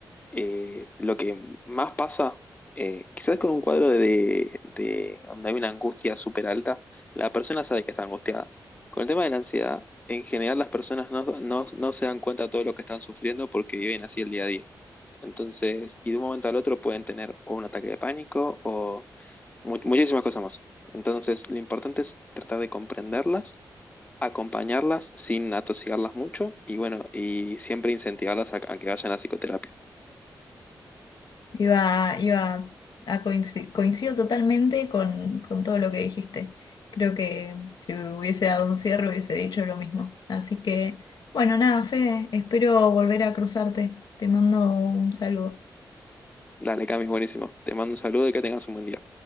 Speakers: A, on the left; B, on the left.
A: Eh, lo que más pasa, eh, quizás con un cuadro de, de- de donde hay una angustia súper alta, la persona sabe que está angustiada. Con el tema de la ansiedad, en general las personas no, no, no se dan cuenta de todo lo que están sufriendo porque viven así el día a día. Entonces, y de un momento al otro pueden tener o un ataque de pánico o mu- muchísimas cosas más. Entonces, lo importante es tratar de comprenderlas, acompañarlas sin atosigarlas mucho y bueno, y siempre incentivarlas a a que vayan a psicoterapia.
B: Iba, iba a coincidir, coincido totalmente con, con todo lo que dijiste. Creo que si hubiese dado un cierre hubiese dicho lo mismo. Así que, bueno, nada, Fede, espero volver a cruzarte. Te mando un saludo.
A: Dale, Cami, buenísimo. Te mando un saludo y que tengas un buen día.